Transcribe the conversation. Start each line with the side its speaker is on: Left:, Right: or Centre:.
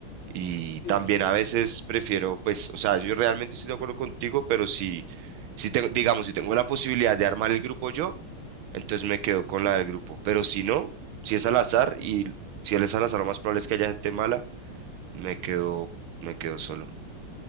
Right: Y también
Left: Sí, sí, sí.
Right: a veces prefiero, pues, o sea, yo realmente estoy de acuerdo contigo, pero si, si tengo, digamos, si tengo la posibilidad de armar el grupo yo, entonces me quedo con la del grupo. Pero si no, si es al azar y si él es al azar, lo más probable es que haya gente mala, me quedo, me quedo solo.